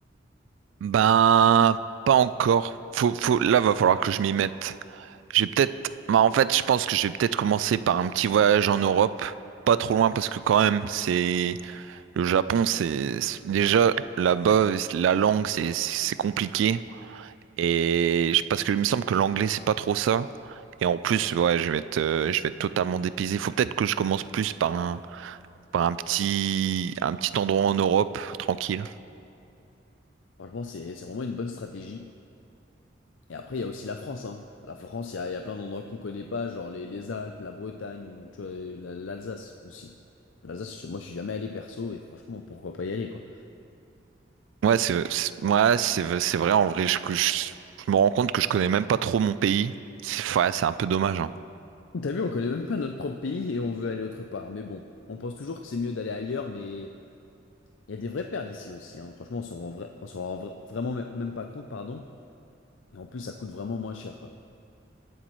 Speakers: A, on the right; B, on the left.
A: Ben, pas encore. Faut, faut, là, va falloir que je m'y mette. J'ai peut-être, bah, en fait, je pense que je vais peut-être commencer par un petit voyage en Europe, pas trop loin parce que quand même, c'est le Japon, c'est c'est- déjà là-bas, c'est- la langue, c'est c'est compliqué et je- parce que il me semble que l'anglais, c'est pas trop ça. Et en plus, ouais, je vais être, euh, je vais être totalement dépaysé. Faut peut-être que je commence plus par un, par un petit, un petit endroit en Europe, tranquille.
B: Franchement, c'est c'est vraiment une bonne stratégie. Et après, il y a aussi la France, hein. La France, il y a, il y a plein d'endroits qu'on connaît pas, genre les, les Alpes, la Bretagne ou tu vois, la- l'Alsace aussi. L'Alsace, je- moi, je suis jamais allé perso et franchement, pourquoi pas y aller, quoi.
A: Ouais, c'est c'est- ouais, c'est c'est vrai, en vrai, je, que je, je me rends compte que je connais même pas trop mon pays. C'est ouais, c'est un peu dommage, hein.
B: T'as vu, on connaît même pas notre propre pays et on veut aller autre part. Mais bon, on pense toujours que c'est mieux d'aller ailleurs, mais il y a des vraies perles ici aussi, hein. Franchement, on s'en rend, vra- on s'en rend vra- vraiment même même pas compte, pardon. Et en plus, ça coûte vraiment moins cher, quoi.